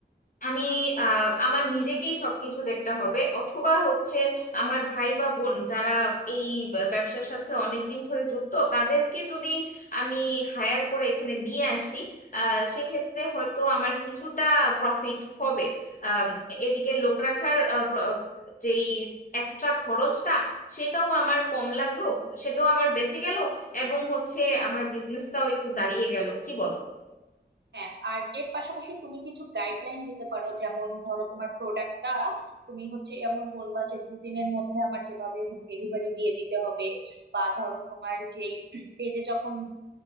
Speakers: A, on the left; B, on the right.
A: আমি আহ, আমার নিজেকেই সবকিছু দেখতে হবে অথবা হচ্ছে আমার ভাই বা বোন যারা এই ব্যা- ব্যবসার সাথে অনেক দিন ধরে যুক্ত তাদেরকে যদি আমি হায়ার করে এখানে নিয়ে আসি আহ, সেক্ষেত্রে হয়তো আমার কিছুটা প্রফিট হবে আম, এদিকে লোক রাখার আহ, প্র- যেই এক্সট্রা খরচটা সেটাও আমার কম লাগলো সেটাও আমার বেঁচে গেল এবং হচ্ছে আমার বিজনেসটাও একটু দাঁড়িয়ে গেল কি বলো
B: হ্যাঁ আর এর পাশাপাশি তুমি কিছু গাইডলাইন দিতে পারো যেমন ধরো তোমার প্রোডাক্টটা তুমি হচ্ছে এমন বলবা যে দুদিনের মধ্যে আমার যেভাবে হোক ডেলিভারি দিয়ে দিতে হবে বা ধরো তোমার যেই পেজে যখন